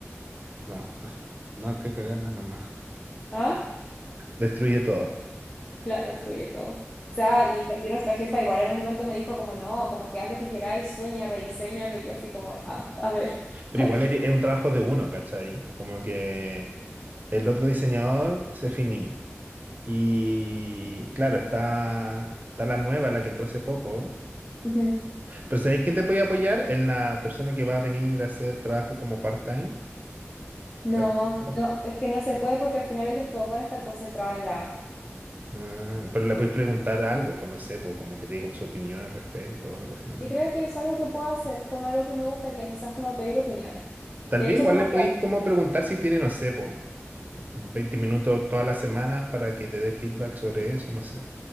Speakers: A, on the right (about 35°); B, on the left (about 20°).
A: Claro. <laughs> No hay que cagarla nomás.
B: <laughs> ¿Ah?
A: Destruye todo.
B: Claro, destruye todo. O sea, y también nuestra jefa igual en un momento me dijo como, no, como que haz lo que queráis, sueña, rediseñalo, y yo así como, ah,
A: Ya.
B: a ver, <laughs>
A: Pero
B: a
A: igual
B: ver.
A: es es un trabajo de uno, ¿cachai? Como que el otro diseñador se finí. Y claro, está, está la nueva, la que entró hace poco.
B: Ujú.
A: Pero ¿sabéis quién te puede apoyar? Es la persona que va a venir a hacer trabajo como part-time.
B: No,
A: ¿Te acuerdas?
B: no, es que no se puede porque al final ellos todos van a estar concentrados en la app.
A: Ah, pero le podéis preguntar algo, pues no sé, pues como que te diga como su opinión al respecto o algo así, ¿o no?
B: Yo creo que eso es algo que puedo hacer, como algo que me gustaría, quizás como pedir opiniones.
A: Tal
B: De
A: vez
B: hecho,
A: igual
B: como
A: le podéis
B: que
A: como preguntar si tiene, no sé, pues 20 minutos todas las semanas para que te dé feedback sobre eso, no sé.